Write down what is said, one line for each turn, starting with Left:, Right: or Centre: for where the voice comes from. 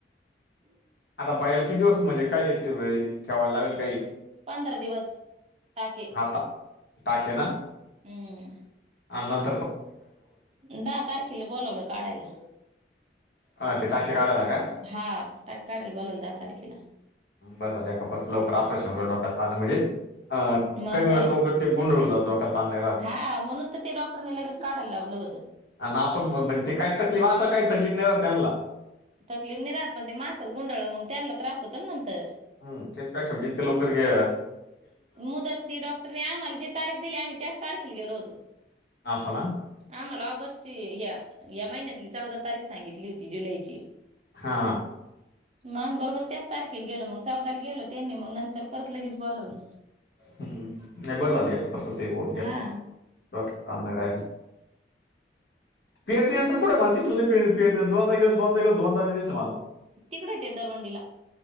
Right: <inaudible>
Left: आता पह्यलला किती दिवस म्हणजे काय ठेवाय, ठेवायला लागेल काही.
Right: पंधरा दिवस. टाके
Left: थांबा, आज हे ना.
Right: हम्म
Left: आल्हाद
Right: दहा तारखेला बोलावलं काढायला.
Left: हा, ते टाके काढायला का
Right: हा त्याच काढयला बोलावल दहा तारखेला.
Left: बरं झालं एका परत लवकर ऑपरेशन वगैरे डोक्याला ताण म्हणजे अ
Right: मग
Left: कमी वेळात
Right: काय
Left: लवकर ते गोंधळ होउन जातो डोक्याला. ताण नाही राहत
Right: हा म्हणून तर ते डॉक्टरनी लगेच काढायला लावलं होतं.
Left: आणि आपण म्हणू ते काय तकलिफ, असा काय तकलीफ नाही राहात त्यांनला.
Right: तकलीफ नाही राहत पण ते मासात गुंडाळ मग त्यांना त्रास होतो ना नंतर.
Left: त्याच्यापेक्षा म्हणजे जितके लवकर घ्या-
Right: मुदत ती डॉक्टरने आम्हाला जी तारीख दिली आम्ही त्याच तारखेला गेलो होतो.
Left: असं ना.
Right: आम्हाला ऑगस्टची, ह्या - ह्या महिन्यातली चौदा तारीख सांगितली होती जुलैची.
Left: हा
Right: मग बरोबर त्याच तारखेला गेलो मग चौदाला गेलो त्यांनी मग नंतर परत लगेच बोलवलं.
Left: हम् नाही बर झाल प एकखट होते बोडक्यात,
Right: हा
Left: डोक्याला ताण नाही राहिला. पेरणी यंत्र कुठं मला दिसलं नाही पेर पेर दोनदा गेलो दोनदा गेलो दोनदा नाही दिसलं मला.
Right: तिकडंय ते दरवंडीला.